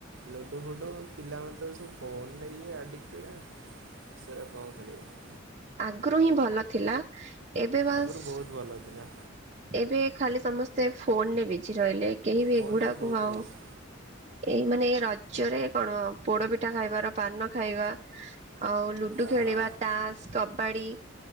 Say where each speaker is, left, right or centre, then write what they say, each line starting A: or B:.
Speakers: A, on the right; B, on the right.
A: ଲୁଡୁ ଫୁଡ଼ୁ ପିଲାମାନେ ତ ସବୁ ଫୋନ୍ ରେ ଇଏ ଆଡ଼ିକଟେଡ଼୍। ସେଟା କଣ ଖେଳିବେ।
B: ଆଗରୁ ହିଁ ଭଲ ଥିଲା। ଏବେ ବାସ୍
A: ଆଗରୁ ବହୁତ ଭଲ ଥିଲା।
B: ଏବେ ଖାଲି ସମସ୍ତେ ଫୋନ୍ ରେ ବିଜି ରହିଲେ। କେହି ବି
A: ଫୋନରେ
B: ଏଗୁଡାକୁ
A: ବହୁତ
B: ଆଉ
A: କିଛି
B: ଏଇ ମାନେ ଏ ରଜରେ କଣ ପୋଡ ପିଠା ଖାଇବାର ପାନ ଖାଇବା। ଆଉ ଲୁଡୁ
A: ଆହା
B: ଖେଳିବା, ତାସ୍ କବାଡି